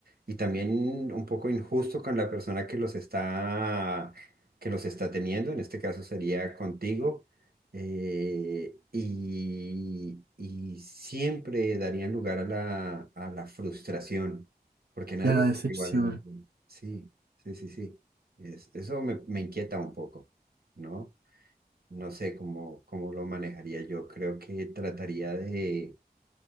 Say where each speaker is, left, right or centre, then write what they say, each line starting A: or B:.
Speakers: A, on the right (about 70°); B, on the right (about 85°).
A: y también un poco injusto con la persona que los está, que los está teniendo, en este caso sería contigo, eh, y, y siempre darían lugar a la, a la frustración, porque nadie
B: Y a la decepción
A: es igual a nadie. Sí, sí, sí, sí. Es- eso me, me inquieta un poco, ¿no? No sé cómo, cómo lo manejaría yo. Creo que trataría de,